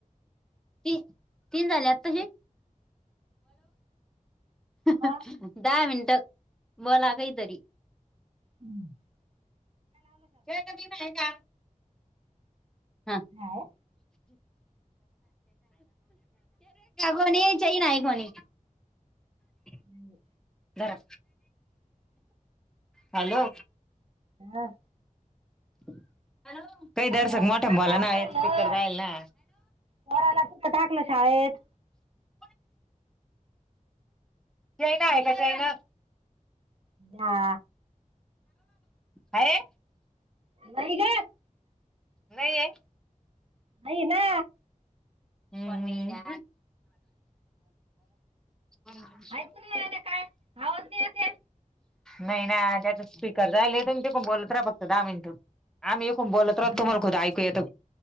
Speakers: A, in the centre; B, on the right (about 45°).
A: ती तीन झाले आताशी? दहा
B: मग
A: मिनट बोला काहीतरी
B: हम्म
A: वेळ कधी आहे का? हा
B: काय
A: कोणी च नाही कोणी <unintelligible> <inaudible>
B: हम्
A: धरा हॅलो
B: हम
A: काही दर्शक
B: बोला
A: मोठ्या भाला
B: काय
A: ना आहेत
B: चाललं
A: स्पीकर रायल ना
B: पोराला कुठे टाकलं शाळेत?
A: <inaudible> जैन आहे का जैन?
B: हा
A: आहे
B: नाही ग
A: नाही ये
B: आहे ना
A: हो म हम <inaudible>
B: ऐकू नाही आलं काय आवाज नाही येते
A: नाही ना त्याचा स्पीकर जाईल आहे तुम्ही तिकुन बोलत राहा फक्त दहा मिनिटं आम्ही एकूण बोलत राहतो
B: हा
A: तुम्हाला खुद ऐकू येतो